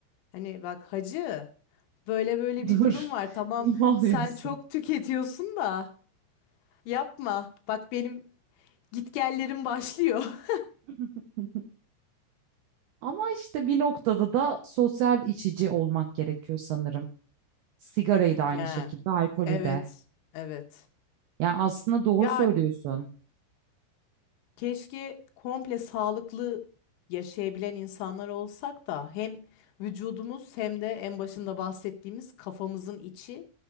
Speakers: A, on the left; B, on the right.
A: Hani bak hacı böyle böyle
B: Dur.
A: bir durum var. Tamam
B: <laughs> Ne oluyorsun?
A: sen çok tüketiyorsun da yapma. Bak benim gitgellerim başlıyor. <laughs>
B: <laughs> Ama işte bir noktada da sosyal içici olmak gerekiyor sanırım. Sigarayı da aynı
A: Yani
B: şekilde, alkolü
A: evet
B: de.
A: evet.
B: Yani aslında doğru
A: Ya
B: söylüyorsun.
A: Keşke komple sağlıklı yaşayabilen insanlar olsak da hem vücudumuz hem de en başında bahsettiğimiz kafamızın içi